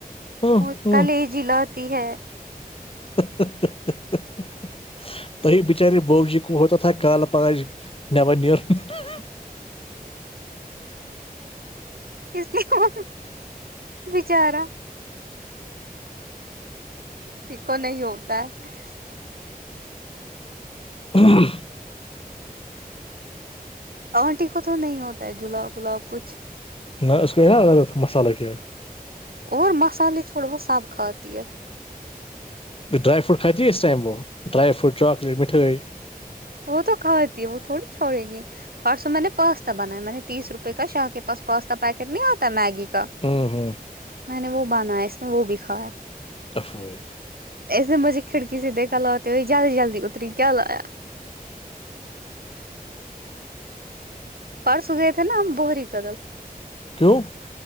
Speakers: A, on the left; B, on the right.
A: ہ
B: وہ
A: ہ
B: کل یہ جل ہوتی ہے
A: <unintelligible> ت بچارے بب جی ہوت تھا کالہ پگہ نیبر نیروں <unintelligible>
B: اس لیے م بچارا <unintelligible> ٹھیکو نہیں ہوتا ہے <unintelligible>
A: کل <inaudible>
B: آنٹی کو تو نہیں ہوتا ہے جلاب ولاب کچھ
A: ن ا اس کو کر نا ال مصالہ کات <unintelligible>
B: اور مسالے چھوڑو وہ سب کھاتی ہے
A: جو ڈرائی فروٹ کات ہی اس ٹائم وہ ڈرائی فروٹ چاکلیٹ مٹائی
B: وہ تو کھاتی ہے وہ تھوڑی چھوڑے گی پرسوں میں نے پاستا بنایا میں نے تیس روپئے کا شاہ کے پاس پاستا پیکٹ نہیں آتا میگی کا
A: ہوں ہوں
B: میں نے وہ بناایا اس نے وہ بھی کھایا
A: تفوق
B: اس نے مجےھڑی سدے ک لاتتے ہوئی جلدی جلد اتری کیا لایا پرس گئے تھے نا بہری قدل
A: کیوں <unintelligible>